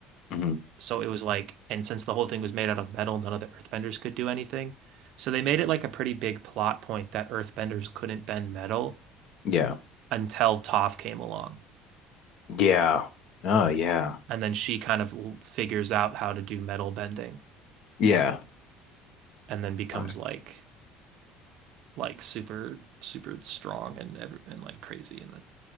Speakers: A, on the left; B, on the right.
A: hmm
B: So it was like, and since the whole thing was made out of metal, none of the earthbenders could do anything. So they made it like a pretty big plot point that earthbenders couldn't bend metal
A: Yeah.
B: until Toph came along.
A: Yeah. Oh, yeah.
B: And then she kind of l- figures out how to do metal bending
A: Yeah.
B: and then becomes
A: Uh,
B: like like super super strong and every, and like crazy and then